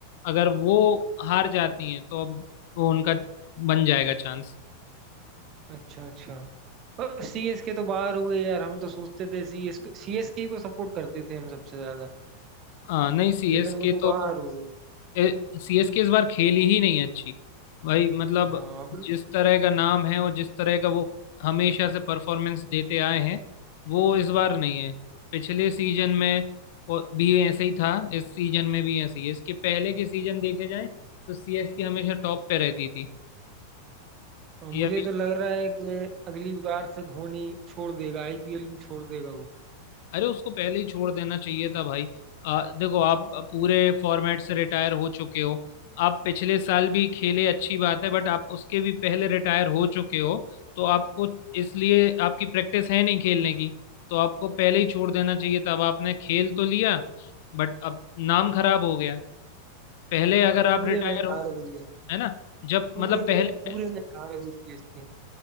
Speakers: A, on the left; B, on the right.
A: अगर वो हार जाती हैं तो अब वो उनका बन जाएगा चांस
B: अच्छा अच्छा और सीएसके तो बाहर हो गई यार हम तो सोचते थे सीएसके सीएसके को सपोर्ट करते थे हम सबसे ज्यादा
A: हाँ नहीं सीएसके
B: लेकिन वो तो बाहर
A: तो
B: हो गई
A: सीएसके इस बार खेली ही नहीं अच्छी भाई मतलब
B: हाँ
A: जिस तरह का नाम है और जिस तरह का वो हमेशा से परफॉर्मेंस देते आए हैं वो इस बार नहीं है पिछले सीजन में और भी ऐसे ही था इस सीजन में भी ऐसे ही है इसके पहले के सीजन देखे जाए तो सीएसके हमेशा टॉप पे रहती थी
B: और मुझे
A: या
B: तो लग रहा है कि अगली बार से धोनी छोड़ देगा आईपीएल भी छोड़ देगा वो
A: अरे उसको पहले ही छोड़ देना चाहिए था भाई आ, देखो आप पूरे फॉर्मेट से रिटायर हो चुके हो आप पिछले साल भी खेले अच्छी बात है बट आप उसके भी पहले रिटायर हो चुके हो तो आपको इसलिए आपकी प्रैक्टिस है नहीं खेलने की तो आपको पहले ही छोड़ देना चाहिए था अब आपने खेल तो लिया बट अब नाम खराब हो गया पहले अगर
B: और
A: आप
B: पूरे
A: रिटायर
B: मैच
A: हो
B: हार गई है
A: है ना जब
B: पूरे
A: मतलब पहले
B: में पूरे मैच हार गई सीएसके